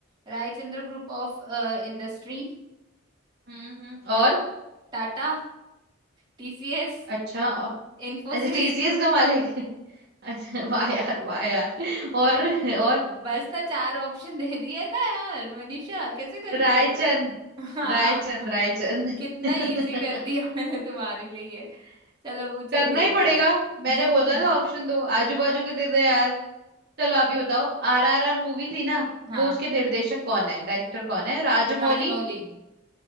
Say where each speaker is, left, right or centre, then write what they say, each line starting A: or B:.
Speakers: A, on the right; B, on the right.
A: Raichandra group of industry
B: हम्म हम्म, और
A: Tata TCS
B: अच्छा औ-
A: Infosys
B: अच्छा टीसीएस का मालिक <laughs> अच्छा वाह यार वाह यार और और
A: बस ना चार ऑप्शन दे दिए ना यार मनीषा कैसे कर
B: रायचंद
A: रही हो तुम हाँ
B: रायचंद रायचंद
A: कितना
B: <laughs>
A: इजी कर दिया <laughs> मैंने तुम्हारे लिए ये। चलो पूछो
B: करना
A: तुम
B: ही पड़ेगा मैंने बोला था
A: <laughs>
B: ऑप्शन दो आजू बाजू के दे दे यार चलो आप ही बताओ आरआरआर मूवी थी ना
A: हाँ
B: वो उसके निर्देशक कौन है डायरेक्टर कौन है राजमौली
A: राजमौली